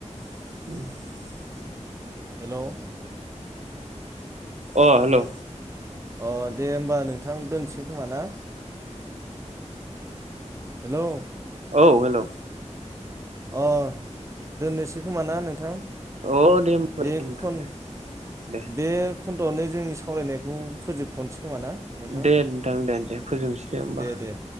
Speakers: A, on the right; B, on the right.
A: <inaudible>
B: हेलौ
A: अ हेलौ
B: अ दे होमबा नोंथां दोनसै खोमा ना हेलौ
A: औ हेलौ
B: अ दोननोसै खोमा ना नोंथां
A: अ दे होमबा
B: बे
A: होनबा
B: खन
A: दे दे
B: बे जोंनि सावरायनायखौ फोजोबथ'नोसै खोमाना नोंथां
A: दे नोंथां दे दे फोजोबनोसै होमबा
B: दे दे